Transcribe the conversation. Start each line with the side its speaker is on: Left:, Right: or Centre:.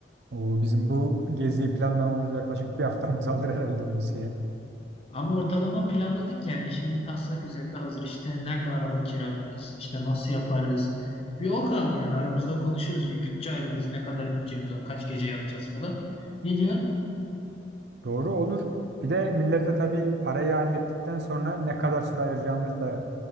Right: O bizim bu geziyi planlamamız yaklaşık bir haftamız <laughs> alır herhalde Hulusi
Left: Ama ortalama planladık yani. Şimdi taslak üzerinde hazır İşte nerede araba kiralarız, İşte nasıl yaparız. Bir o kaldı yani aramızda konuşuruz. Bir bütçe ayarlarız. Ne kadar bütçemiz var, kaç gece yatacağız falan. Ne diyorsun?
Right: Doğru olur. Bir de milletle tabii parayı hallettikten sonra ne kadar süre ayıracağımızı da